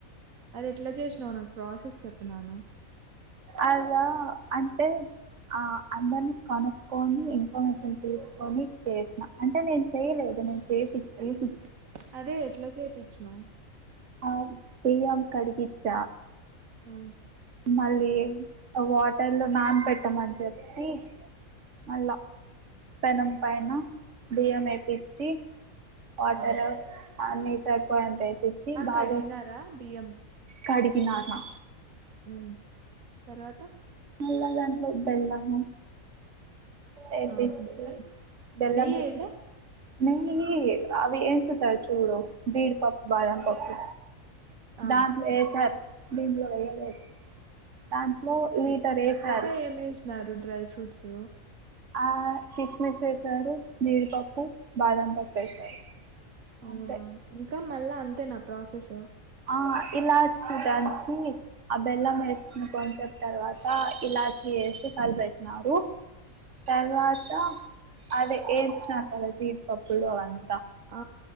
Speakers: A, on the right (about 75°); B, on the right (about 60°).
A: అది ఎట్లా చేసినావు నాకు ప్రాసెస్ చెప్పన్నాను
B: అద అంటే ఆ అందరినీ కనుక్కొని ఇన్ఫర్మేషన్ తీసుకొని చేసినా అంటే నేను చేయలేదు నేను చేపిచ్చా
A: చేపి అదే ఎట్లా చేపించినవు
B: ఆ బియ్యం కడిగిచ్చ
A: ఉమ్
B: మళ్ళీ వాటర్ లో నాన పెట్టామని చెప్పి
A: హ్మ్
B: మళ్ళా పెనం పైన బియ్యం
A: ఉమ్
B: ఏపిచి వాటర్
A: ఆ
B: అని సరిపోప్పించి బాగా
A: కడిగినారా బియ్యం
B: కడిగిన నానా
A: హ్మ్ తర్వాత
B: నగాంలో బెల్లము అయిపిచ్చి
A: ఆ బెల్లం
B: బేలం
A: నెయ్యేయలే
B: అయిపి నే అవి ఎం చెప్పారో చూడో జీడి పప్పు బాదాం పప్పు
A: ఆ
B: దాంట్లో వేసారు దీంట్లో వేయలేదు దాంట్లో
A: బి
B: లీటర్ వేసారు
A: ఇంకా ఏమేసినారు డ్రై ఫ్రూట్స్
B: ఆ కిస్మిస్ వేసారు జీడిపప్పు బాదం పప్పు వేసారు
A: అవునా
B: అంతే
A: ఇంకా మళ్ళా అంతే నా ప్రాసెస్
B: ఆ ఇలా చూటంచి ఆ బెల్లం వేసిన కొన్సెప్ తర్వాత ఇలా చే చేసి కలిపెట్టినారు తర్వాత అది ఏంచిన కదా జీడిపప్పులు అని
A: ఆ